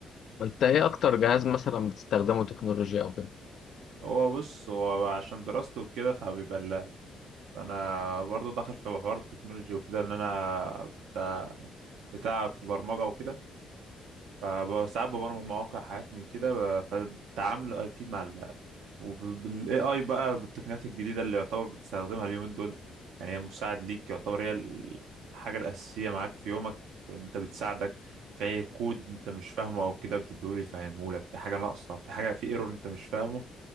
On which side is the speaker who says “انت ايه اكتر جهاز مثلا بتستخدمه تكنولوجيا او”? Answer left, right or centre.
Left